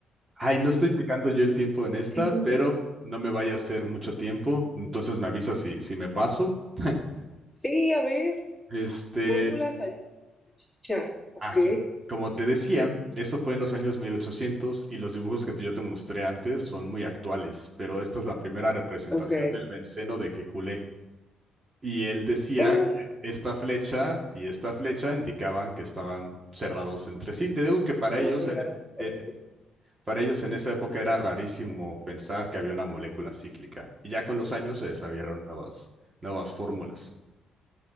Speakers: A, on the right; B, in the centre.
A: Ay, no estoy checando yo el tiempo en esta,
B: qué miedo.
A: pero no me vaya a hacer mucho tiempo, entonces me avisa si, si me paso. <laughs>
B: Sí, a ver,
A: Este,
B: fórmula salchicha. Ok,
A: así como te decía, esto fue en los años 1800 y los dibujos que yo te mostré antes son muy actuales, pero esta es la primera representación
B: ok.
A: del benceno de Kekulé. Y él decía
B: Pues,
A: que esta flecha y esta flecha indicaban que estaban cerrados entre sí. Te digo que para
B: Monedas,
A: ellos en,
B: ok.
A: en- Para ellos en esa época era rarísimo pensar que había una molécula cíclica, y ya con los años se desarrollaron nuevas, nuevas fórmulas.